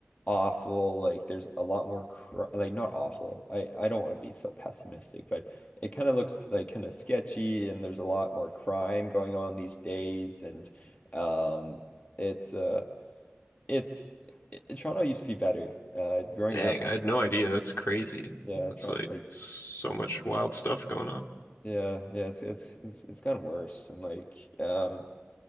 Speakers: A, on the left; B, on the left.
A: awful. Like there's a lot more cr like not awful. I I don't want to be so pessimistic, but it kind of looks like kind of sketchy and there's a lot more crime going on these days and um it's uh it's it, Toronto used to be better. Uh growing
B: Dang,
A: up,
B: I had no idea. That's crazy.
A: yeah,
B: That's
A: Toronto
B: like
A: like
B: so much wild stuff going on.
A: yeah, yeah, it's it's it's, it's gotten worse and like um